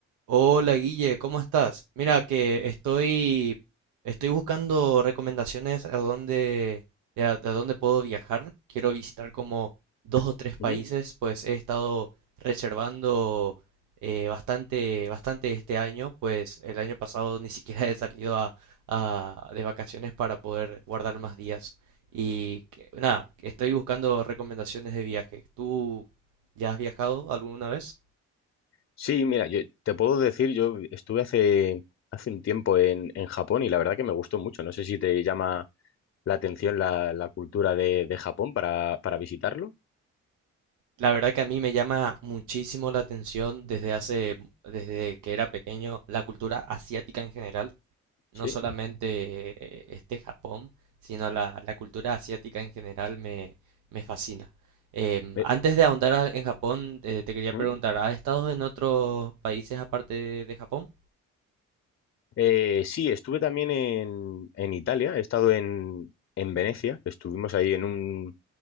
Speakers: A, on the right; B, on the left.
A: Hola Guille, ¿cómo estás? Mira que estoy, estoy buscando recomendaciones a dónde, de a, a dónde puedo viajar. Quiero visitar como dos o tres países,
B: Ujú.
A: pues he estado reservando eh, bastante, bastante este año, pues el año pasado ni siquiera <laughs> he salido a, a- de vacaciones para poder guardar más días. Y que- nada, estoy buscando recomendaciones de viaje. ¿Tú ya has viajado alguna vez?
B: Sí, mira, yo te puedo decir, yo estuve hace, hace un tiempo en, en Japón y la verdad que me gustó mucho. No sé si te llama la atención la, la cultura de, de Japón para, para visitarlo.
A: La verdad que a mí me llama muchísimo la atención desde hace, desde que era pequeño, la cultura asiática en general,
B: Sí.
A: no solamente eh, este Japón, sino la, la cultura asiática en general me, me fascina. Em,
B: Eh,
A: antes de ahondar a- en Japón, eh, te quería
B: ujú.
A: preguntar, ¿has estado en otros países aparte de, de Japón?
B: Eh, sí, estuve también en, en Italia, he estado en, en Venecia, que estuvimos ahí en un,